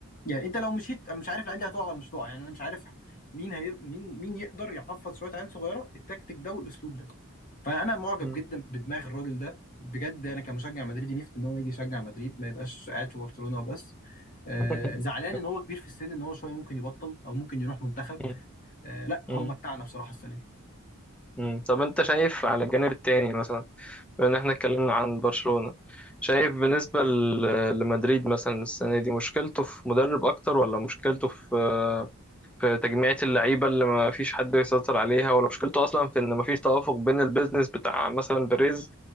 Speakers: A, on the left; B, in the centre.
A: يعني انت لو مشيت انا مش عارف العيال دي هتقع ولا مش هتقع يعني انا مش عارف مين هي مين مين يقدر يحفظ شويه عيال صغيره التكتيك ده والاسلوب ده فانا معجب
B: مم.
A: جدا بدماغ الراجل ده بجد انا كمشجع مدريدي نفسي ان هو يجي يشجع مدريد ما يبقاش قاعد في برشلونه وبس آه
B: <laughs>
A: زعلان ان هو كبير في السن ان هو شويه ممكن يبطل او ممكن يروح منتخب
B: مم.
A: آه لا هو
B: مم.
A: متعنا بصراحه السنه
B: مم. طب انت شايف على الجانب التاني مثلا بما ان احنا اتكلمنا عن برشلونة شايف بالنسبة ل- لمدريد مثلا السنة دي مشكلته في مدرب اكتر ولا مشكلته في في تجميعة اللعيبة اللي ما فيش حد يسيطر عليها ولا مشكلته اصلا في ان ما فيش توافق بين البيزنس بتاع مثلا بيريز